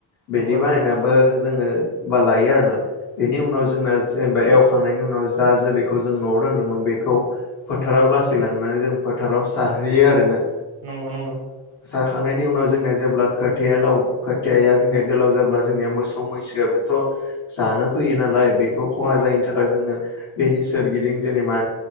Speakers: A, on the right; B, on the left.
A: नंगौ
B: बेदि
A: नंगौ
B: बानायनाबो जोङो बालायो आरो ना, बेनि उनाव जों बा एवखांनायनि उनाव जा जोलैखौ जों न'आव दोनदोंमोन बेखौ फोथाराव लासै लांनानै जों फोथाराव बाव सारहैयो आरो ना
A: नंगौ नंगौ
B: सारखांनायनि उनाव जोंनिया जेब्ला खोथियालाव खोथिया जोंनिया गोलाव जाब्ला जोंनिया मोसौ मैसोआ बेथ' जानो फैयो नालाय बेखौ खहा
A: नंगौ
B: जायैनि थाखाय जोङो बेनि सोरगिदिं जेनेबा